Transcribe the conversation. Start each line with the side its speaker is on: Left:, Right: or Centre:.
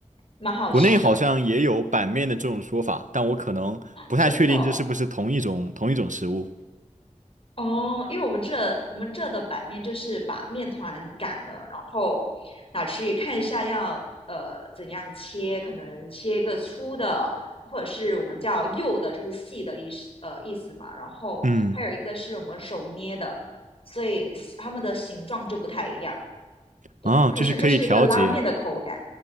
Left: 蛮好吃的，
Right: 国内好像也有板面的这种说法，但我可能不太确定这是不是同一种同一种食物。
Left: 真的哦。哦，因为我们这我们这的版面就是把面团擀了，然后拿去看一下要呃怎样切，可能切一个粗的，或者是我们叫幼的，就是细的意思呃意思嘛。然后还有一个是我们手捏的，
Right: 嗯。
Left: 所以它们的形状就不太一样。对，
Right: 啊，
Left: 可是这是一个拉面的口感，
Right: 就是可以调节，